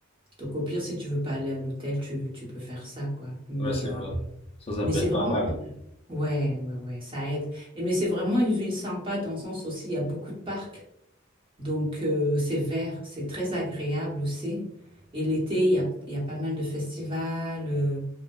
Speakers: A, on the right; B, on the left.
A: Donc au pire, si tu veux pas aller à l'hôtel, tu, tu peux faire ça quoi. Mais
B: ouais, c'est
A: euh,
B: vrai. Ça, ça
A: mais
B: peut
A: c'est
B: être
A: vraiment...
B: pas mal.
A: Ouais, ouais, ouais, ça aide. Et mais c'est vraiment une ville sympa dans le sens aussi, il y a beaucoup de parcs. Donc, euh, c'est vert, c'est très agréable aussi. Et l'été, il y a, il y a pas mal de festivals, euh,